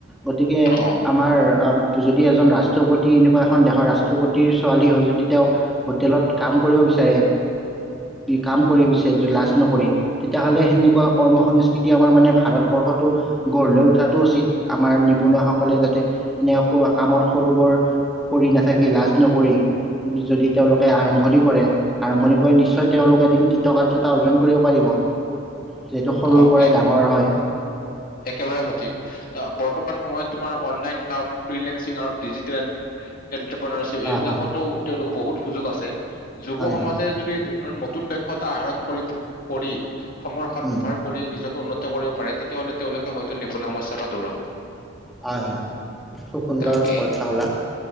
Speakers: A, in the centre; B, on the left (about 45°).
A: গতিকে
B: অ',
A: আমাৰ আ যদি এজন ৰাষ্ট্ৰপতি এনেকুৱা এখন দেশৰ ৰাষ্ট্ৰপতিৰ ছোৱালী হয় যদি তেওঁ হোটেলত কাম কৰিব বিচাৰে কাম কৰিব বিচাৰে যে লাজ নকৰি তেতিয়াহ'লে সেনেকুৱা কৰ্ম সংস্কৃতি আমাৰ মানে ভাৰতবৰ্ষতটো গঢ় লৈ উঠাত সেইটো উচিত, আমাৰ নিবনুৱাসকলে যাতে এনেকুৱা কামত সৰু বৰ কৰি নাথাকি লাজ নকৰি যদি তেওঁলোকে আৰম্ভণি কৰে আৰম্ভণি কৰি নিশ্চয় তেওঁলোক এদিন কৃতকাৰ্যতা অৰ্জন কৰিব পাৰিব। যিহেতু সৰুৰ
B: অ',
A: পৰাই
B: এক
A: ডাঙৰ হয়।
B: একেবাৰে সঠিক। বৰ্তমান সময়ত তোমাৰ অনলাইন কাম, ফ্ৰিলেসিং আৰু ডিজিটেল এণ্টাৰপ্ৰনাৰশ্বিপ, এইবিলাকতো
A: হয়
B: তেওঁলোকৰ বহুত সুযোগ আছে। যুৱ
A: হয়
B: সমাজে
A: হয়
B: যদি <unintelligible> নতুন দক্ষতা আহৰণ কৰি কৰি সময়ৰ সৎ
A: উম
B: ব্যৱহাৰ কৰি নিজকে উন্নত কৰিব পাৰে তেতিয়াহ'লে তেওঁলোকে হয়তো নিবনুৱা সমস্যাৰ পৰা দূৰ হ'ব।
A: হয়, হয় খুব সুন্দৰ
B: তাকে
A: কথা কলা